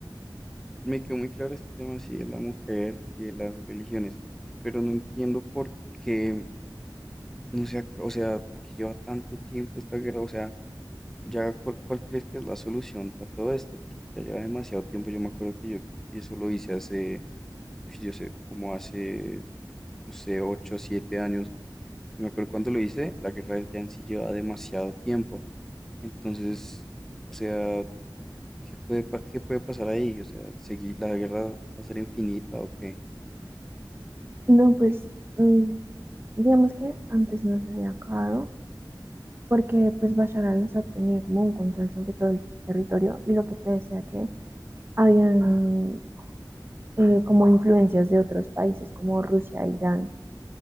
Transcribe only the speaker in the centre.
Me quedó muy claro este tema, sí, de la mujer y de las religiones, pero no entiendo por qué, no sea o sea, por qué lleva tanto tiempo esta guerra, o sea, ya cuál, cuál crees que es la solución para todo esto, porque ya lleva demasiado tiempo, yo me acuerdo que yo eso lo hice hace, yo sé, como hace, no sé, 8 7 años, y me acuerdo cuando lo hice, la guerra ya en sí lleva demasiado tiempo, entonces, o sea, ¿qué puede, pa- qué puede pasar ahí? O sea, seguir, ¿la guerra va a ser infinita o qué?